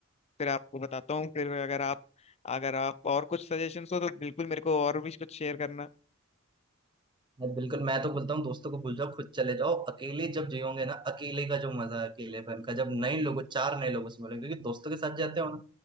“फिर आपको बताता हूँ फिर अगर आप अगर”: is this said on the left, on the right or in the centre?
Left